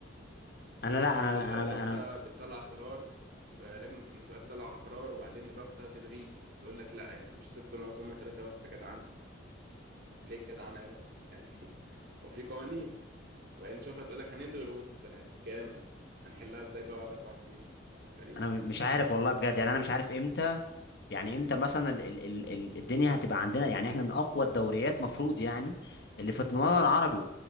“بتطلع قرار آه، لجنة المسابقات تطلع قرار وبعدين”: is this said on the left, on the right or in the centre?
Right